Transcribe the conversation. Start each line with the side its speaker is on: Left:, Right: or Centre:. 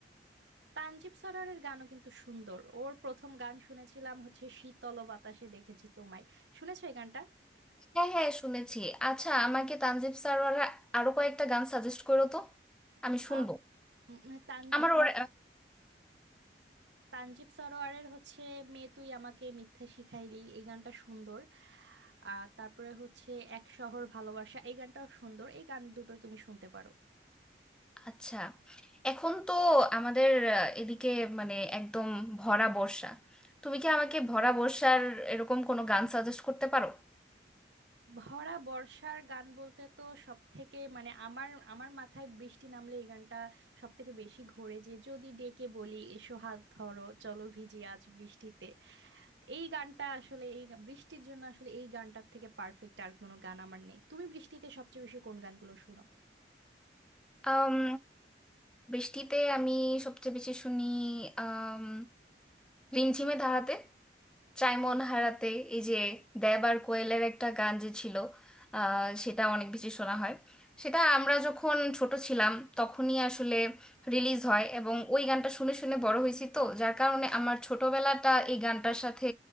Right: তানজিব সরোয়ারের গানও কিন্তু সুন্দর ওর প্রথম গান শুনেছিলাম হচ্ছে শীতল বাতাসে দেখেছি তোমায় শুনেছো এই গানটা
Centre: হ্যাঁ হ্যাঁ শুনেছি আচ্ছা আমাকে তানজিব স্যার আরো কয়েকটা গান সাজেস্ট করো তো আমি শুনবো
Right: আহ, উম, তানজিব
Centre: আমার ওর
Right: তানজিব সরোয়ারের হচ্ছে মেয়ে তুই আমাকে মিথ্যা শিখাইলি এই গানটা সুন্দর আর তারপরে হচ্ছে এক শহর ভালোবাসা এই গানটাও সুন্দর এই গান দুটো তুমি শুনতে পারো
Centre: আচ্ছা এখন তো আমাদের আহ, এদিকে মানে একদম ভরা বর্ষা তুমি কি আমাকে ভরা বর্ষার এরকম কোনো গান সাজেস্ট করতে পারো
Right: ভরা বর্ষার গান বলতে তো সব থেকে মানে আমার আমার মাথায় বৃষ্টি নামলে এই গানটা সব থেকে বেশি ঘোরে যে যদি ডেকে বলি এসো হাত ধরো চলো ভিজি আজ বৃষ্টিতে এই গানটা আসলে এই গা- বৃষ্টির জন্য আসলে এই গানটার থেকে পারফেক্ট আর কোনো গান আমার নেই তুমি বৃষ্টিতে সবচেয়ে বেশি কোন গানগুলো শুনো
Centre: আম, বৃষ্টিতে আমি সবচেয়ে বেশি শুনি আম, রিমঝিমে ধারাতে চাই মন হারাতে এই যে দেব আর কোয়েলের একটা গান যে ছিল আহ, সেটা অনেক বেশি শোনা হয় সেটা আমরা যখন ছোট ছিলাম তখনই আসলে রিলিজ হয় এবং ওই গানটা শুনে শুনে বড় হয়েছি তো যার কারণে আমার ছোটবেলাটা এই গানটার সাথে